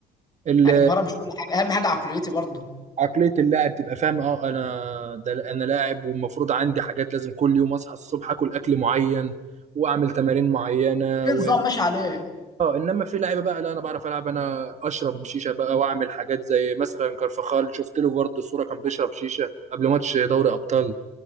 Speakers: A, on the right; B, on the left.
A: ال-
B: يعني المهاره مش كل حاجه اهم حاجه عقليتي برضه
A: عقليه اللاعب تبقى فاهم اه انا ده انا لاعب والمفروض عندي حاجات لازم كل يوم اصحى الصبح اكل اكل معين واعمل تمارين معينه
B: في نظام
A: و...
B: ماشي عليه
A: اه انما في لعيبه بقى لا انا بعرف العب انا اشرب شيشه بقى واعمل حاجات زي مثلا كارفخال شفت له برضه صوره كان بيشرب شيشه قبل ماتش دوري ابطال